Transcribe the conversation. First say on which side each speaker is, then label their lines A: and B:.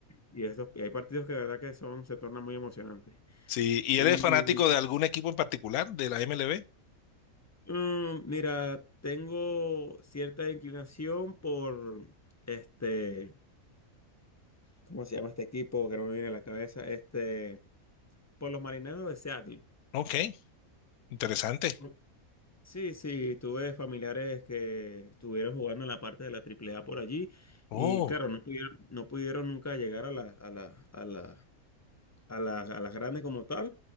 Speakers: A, on the left; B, on the left.
A: y esos- y hay partidos que de verdad que son, se tornan muy emocionantes.
B: Sí, ¿y
A: Y
B: eres fanático de algún equipo en particular de la MLB?
A: mm, mira, tengo cierta inclinación por este, ¿cómo se llama este equipo? Que no me viene a la cabeza, este, por los marineros de Seattle.
B: Ok, interesante.
A: Por- Sí, sí, tuve familiares que estuvieron jugando en la parte de la AAA por allí
B: Oh,
A: y claro, no pudieron, no pudieron nunca llegar a la, a la, a la a las, a las grandes como tal,